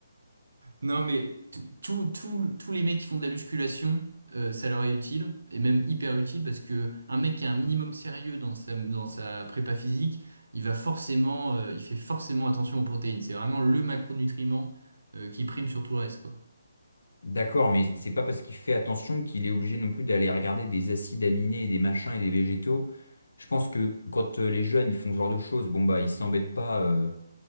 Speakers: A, on the right; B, on the left.
A: Non, mais t- tout- tout- tous les mecs qui font de la musculation, euh, ça leur est utile, et même hyper utile, parce que un mec qui a un minimum sérieux dans sa, dans sa prépa physique, il va forcément, euh, il fait forcément attention aux protéines. C'est vraiment le macronutriment, euh, qui prime sur tout le reste, quoi.
B: d'accord, mais c'est pas parce qu'il fait attention qu'il est obligé non plus d'aller regarder des acides aminés et des machins et des végétaux. Je pense que quand euh, les jeunes ils font ce genre de choses, bon bah ils s'embêtent pas. euh,